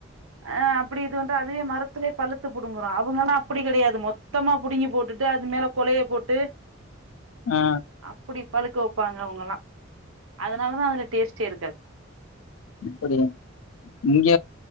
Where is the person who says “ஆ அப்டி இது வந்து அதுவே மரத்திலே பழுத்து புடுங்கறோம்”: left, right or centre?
Right